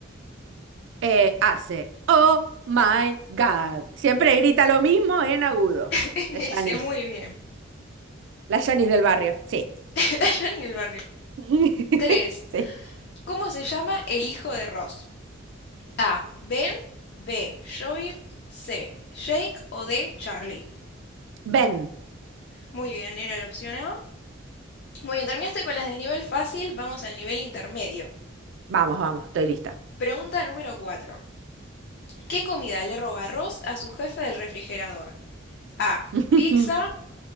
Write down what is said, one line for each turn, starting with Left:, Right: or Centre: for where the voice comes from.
Right: Eh, hace, oh my God. Siempre grita lo mismo en agudo.
Left: <laughs> Ese,
Right: La Janice.
Left: muy bien.
Right: La Janice del barrio. Sí.
Left: <laughs> Allá ni el barrio.
Right: <laughs>
Left: 3.
Right: Sí.
Left: ¿Cómo se llama el hijo de Ross? A. Ben. B. Joey. C. Jake o D. Charlie.
Right: Ven.
Left: Muy bien, era la opción A. Muy bien, terminaste con las del nivel fácil, vamos al nivel intermedio.
Right: Vamos, vamos, estoy lista.
Left: Pregunta número 4. ¿Qué comida le roba Ross a su jefe del refrigerador? A.
Right: <laughs>
Left: Pizza.